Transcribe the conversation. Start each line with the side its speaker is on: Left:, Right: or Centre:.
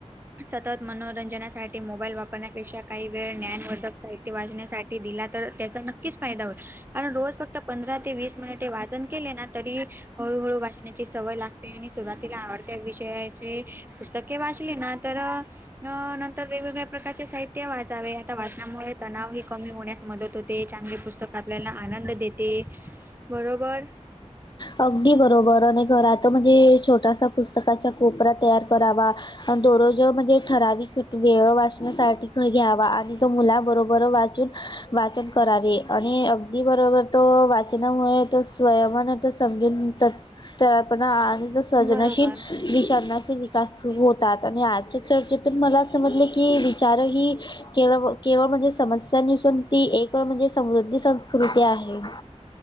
Right: सतत मनोरंजनासा साठी मोबाईल वापरण्यापेक्षा काही वेळ ज्ञानवर्धक साहित्य वाजण्यासाठी दिला तर त्याचा नक्की नक्कीच फायदा होईल, कारण रोज फक्त पंधरा ते वीस मिनिटे वाचन केले ना तरी हळू-हळू वाचण्याची सवय लागते आणि सुरवातीला आवडते. त्या विषयाचे पुस्तके वाचली ना तर अ तर वेगवेगळ्या प्रकारचे साहित्य वाचावे आता वाचनामुळे तणाव ही कमी होण्यास मदत होते. ते चांगले पुस्तक आपल्याला आनंद देते, बरोबर
Left: अगदी बरोबर आणि घरात म्हणजे छोटासा पुस्तकाच्या कोपरा तयार करावा दोररोज म्हणजे ठरावी क वेळ वाचण्यासाठी ख घ्यावा आणि तो मुला बरोबर वाच वाचन करावे आणि अगदी बरोबर तो वाचनामुळे तर स्वयमानता समजून त पण आज तर सृजनशील
Right: बरोबर
Left: वी साधनाचे वि तास सुरू होतात. आणि आजच्या चर्चेतून मला समजलं की विचारही केलं केवळ म्हणजे समस्यां निसून ती एक म्हणजे समृद्धी संस्कृती आहे.